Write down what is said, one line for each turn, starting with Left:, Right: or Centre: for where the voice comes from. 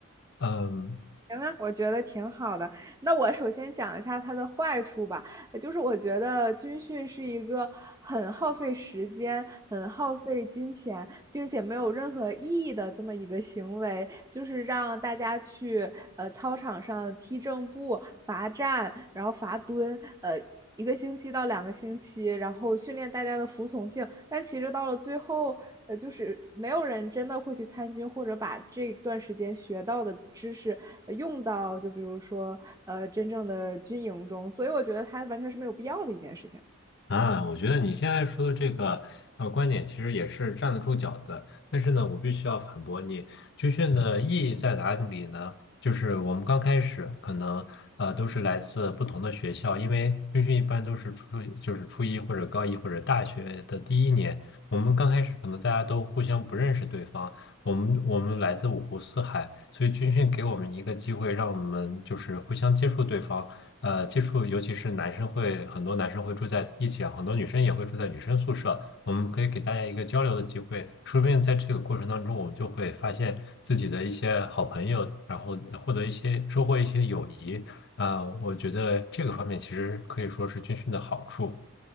Left: 嗯，
Right: 行啊，我觉得挺好的。那我首先讲一下它的坏处吧，就是我觉得军训是一个很耗费时间、很耗费金钱，并且没有任何意义的这么一个行为，就是让大家去呃操场上踢正步、罚站，然后罚蹲，呃。一个星期到两个星期，然后训练大家的服从性。但其实到了最后，呃，就是没有人真的会去参军，或者把这段时间学到的知识呃用到，就比如说呃真正的军营中。所以我觉得它完全是没有必要的一件事情。
Left: 啊，我觉得你现在说的这个呃观点其实也是站得住脚的，但是呢，我必须要反驳你，军训的意义在哪里呢？就是我们刚开始可能呃都是来自不同的学校，因为军训一般都是初就是初一或者高一或者大学的第一年，我们刚开始可能大家都互相不认识对方，我们我们来自五湖四海，所以军训给我们一个机会，让我们就是互相接触对方。呃接触，尤其是男生会很多男生会住在一起啊，很多女生也会住在女生宿舍，我们可以给大家一个交流的机会，说不定在这个过程当中，我们就会发现自己的一些好朋友，然后获得一些收获一些友谊啊，我觉得这个方面其实可以说是军训的好处。